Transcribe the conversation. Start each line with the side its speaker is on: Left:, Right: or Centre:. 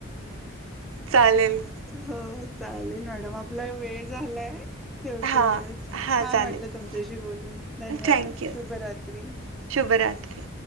Right: चालेल
Centre: हो चालेल मॅडम आपला वेळ झालाय ठेवते
Right: हां
Centre: मी
Right: हां
Centre: छान
Right: चालेल
Centre: वाटलं तुमच्याशी बोलून धन्यवाद
Right: थँक्यू
Centre: शुभरात्री
Right: शुभरात्री